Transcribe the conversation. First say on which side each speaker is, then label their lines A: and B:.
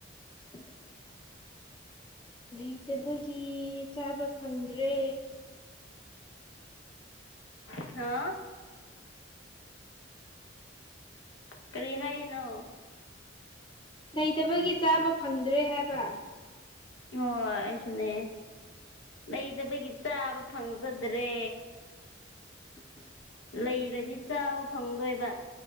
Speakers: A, on the left; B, on the left.
A: <inaudible> ꯂꯩꯇꯕꯒꯤ ꯆꯥꯕ ꯐꯪꯗ꯭ꯔꯦ
B: ꯈꯔ ꯀꯔꯤ ꯍꯥꯏꯔꯤꯅꯣ
A: ꯂꯩꯇꯕꯒꯤ ꯆꯥꯕ ꯐꯪꯗ꯭ꯔꯦ ꯍꯥꯏꯕ
B: ꯍꯣꯏ ꯑꯩꯁꯨꯅꯦ ꯂꯩꯇꯕꯒꯤ ꯆꯥꯕ ꯐꯪꯖꯗ꯭ꯔꯦ
A: <inaudible>
B: ꯂꯩꯔꯗꯤ ꯆꯥꯕ ꯐꯪꯗꯣꯏꯕ